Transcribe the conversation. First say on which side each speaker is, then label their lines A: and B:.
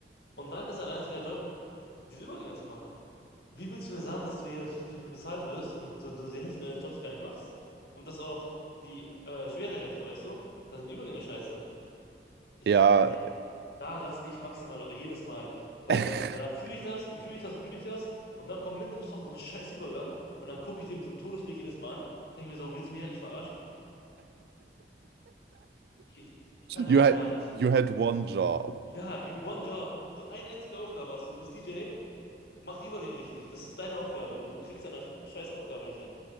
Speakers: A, on the left (about 65°); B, on the right (about 65°).
A: Und dann ist dein einziger Job, diese Übergänge zu machen. Wie willst du mir sagen, dass du hier hierfür bezahlt wirst und so, so die Hälfte deines Jobs gar nicht machst? Und das auch noch die äh, schwere Hälfte, weißt du? Da sind die Übergänge scheiße. Ich,
B: ja.
A: nee, da raste ich maximal jedes Mal, weil,
B: <laughs>
A: weil dann fühle ich das und fühle ich das und fühle ich das und dann kommt mitten im Song so ein scheiß Übergang und dann gucke ich den mit so einem Todesblick jedes Mal an, denke mir so, willst du mich eigentlich verarschen? Ich, ich, ich kann
B: You
A: sowas
B: had,
A: gar nicht.
B: you had one job.
A: Ja, you one job, Du- eine einzige Aufgabe hast du, du bist DJ, mach die Übergänge richtig, das ist deine Aufgabe und du kriegst deine scheiß Aufgabe nicht hin.